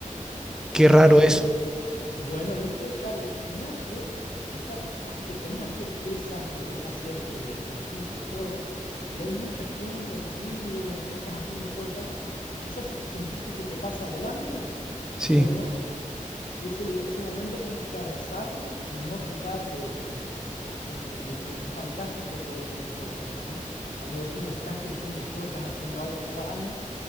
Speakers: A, in the centre; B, on the left.
A: Qué
B: Bueno,
A: raro eso.
B: bueno, viste, claro, el gimnasio quizás te pones a hacer pesas, te pones a hacer eh, ejercicios, todo, y hay mucha gente, hay ruidos, vos estás haciendo cosas y quizás se- sentís que se te pasa volando.
A: Sí,
B: Bueno, Ese, ese momento tenés que abrazarlo y no quitarlo de tu vida. Es, es- es- fantástico poder tener cosas así. Cuando vos decís, acá estoy siendo yo, estás haciendo algo sano,